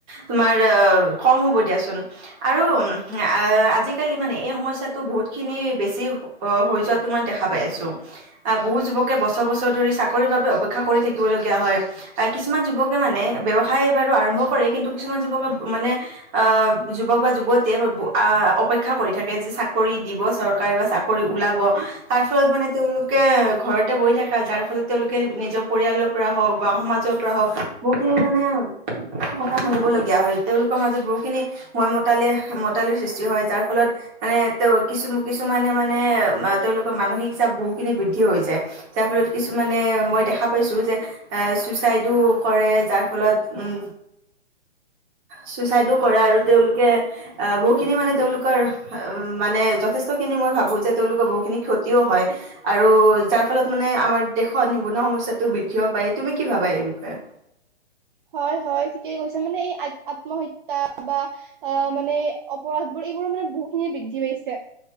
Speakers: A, on the right (about 20°); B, on the right (about 50°).
A: তোমাৰ অঁ কম হ'ব দিয়াচোন। আৰু এ আজিকালি মানে এই সমস্যাটো বহুত খিনি বেছি অ হৈ যোৱাটো মই দেখা পাই আছোঁ। বহুত যুৱকে বছৰ বছৰ ধৰি চাকৰিৰ বাবে অপেক্ষা কৰি থাকিব লগীয়া হয়, আহ কিছুমান যুৱকে মানে ব্যৱসায় বাৰু আৰম্ভ কৰে, কিন্তু কিছুমান যুৱকে মানে আহ যুৱক বা যুৱতীয়ে আহ অপেক্ষা কৰি থাকে যে চাকৰি দিব চৰকাৰে বা চা কৰি ওলাব তাৰ ফলত মানে তেওঁলোকে ঘৰতে বহি থাকে যাৰ ফলত তেওঁলোকে নি জৰ পৰিয়ালৰ পৰা হওক বা সমাজৰ পৰা হওক মানে বহুখিনি মানে কথা শুনিবলগীয়া হয়। তেওঁলোকৰ মাজত বহুখিনি মই মতালি মতালিৰ সৃষ্টি হয় যাৰ ফলত মানে তেওঁ কিছু কিছুমানে মানে তেওঁলোকৰ মানসিক চাপ বহুত খিনি বৃদ্ধি হৈ যায়। যাৰ ফলত কিছুমানে মই দেখা পাইছো যে এ চুইচাইডো কৰে যাৰ ফলত উম চুইচাইডো কৰে আৰু তেওঁলোকে আহ বহুখিনি মানে তেওঁলোকৰ উম মানে যথেষ্ট খিনি মই ভাব বোঁ যে তেওঁলোকৰ বহুতখিনি ক্ষতিও হয় আৰু যাৰ ফলত মানে আমাৰ দেশত নিব নোৱা সমস্যাটো বৃদ্ধি হ'ব পাৰে তুমি কি ভাবা এই বিষয়ে
B: হয় হয় ঠিকেই কৈছা মানে এই আ আত্মহত্যা বা আহ মানে অপৰাধবোৰ এইবোৰ মানে বহুখিনি বৃদ্ধি পাইছে।